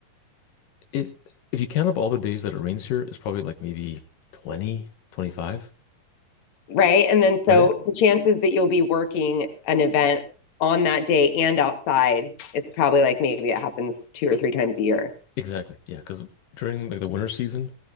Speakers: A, on the left; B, on the left.
A: it if you count up all the days that it rains here, it's probably like maybe 20, 25,
B: right? And then so
A: right?
B: the chances that you'll be working an event on that day and outside, it's probably like maybe it happens two or three times a year.
A: Exactly. Yeah, because during like the winter season,